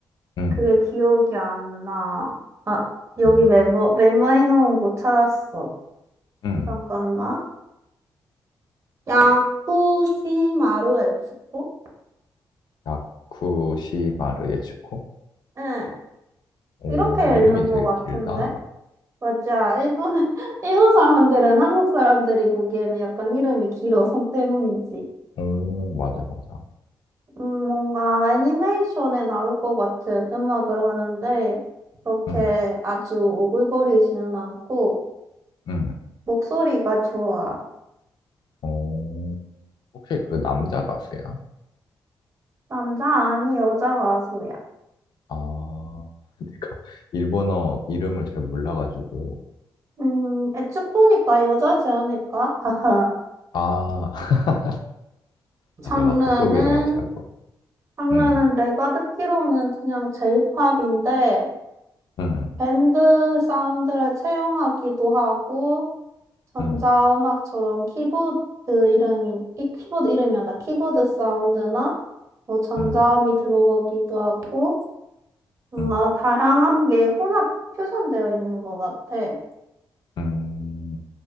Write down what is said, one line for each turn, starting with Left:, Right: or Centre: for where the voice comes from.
Left: 응,
Right: 그게 기억이 안 나. 아, 여기
Left: 응,
Right: 메모, 메모해놓은 곳 찾았어.
Left: 응.
Right: 잠깐만. 야쿠시마루 에츠코?
Left: 야쿠시마르 예치코?
Right: 응
Left: 오,
Right: 이렇게 읽는
Left: 이름이 되게
Right: 것 같은데?
Left: 길다.
Right: 맞아. 일본, <laughs> 일본 사람들은 한국 사람들이 보기에는 약간 이름이 길어, 성 때문인지.
Left: 오, 맞아, 맞아.
Right: 음, 뭔가 애니메이션에 나올 것 같은 음악을 하는데, 그렇게
Left: 응,
Right: 아주 오글거리지는 않고,
Left: 응.
Right: 목소리가 좋아.
Left: 오, 혹시 그 남자 가수야?
Right: 남자 아니 여자 가수야.
Left: 아, <laughs> 내가 일본어 이름을 잘 몰라가지고,
Right: 음, 애측 보니까 여자지 않을까? 하하.
Left: 아, <laughs>
Right: 장르는,
Left: 아, 내가 그쪽 이름은 잘 모르.
Right: 장르는
Left: 음,
Right: 내가 듣기로는 그냥 J-pop인데,
Left: 음,
Right: 밴드 사운드를 채용하기도 하고 전자음악처럼
Left: 음,
Right: 키보드 이름이 이 키보드 이름이란다. 키보드 사운드나 뭐 전자음이
Left: 음,
Right: 들어가기도 하고 뭔가
Left: 음,
Right: 다양한 게 혼합 표현되어 있는 것 같아.
Left: 음.